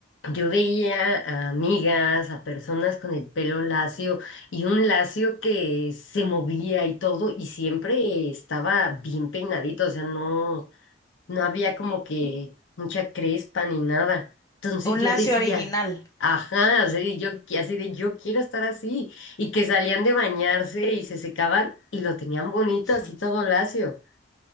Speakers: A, on the left; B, on the left.
A: yo veía a amigas, a personas con el pelo lacio y un lacio que se movía y todo y siempre estaba bien peinadito, o sea, no, no había como que mucha crespa ni nada. Entonces
B: Un
A: yo
B: lacio
A: decía,
B: original.
A: ajá, o sea, y yo qui- así de yo quiero estar así y que salían de bañarse y se secaban y lo tenían bonito
B: <laughs>
A: así todo lacio.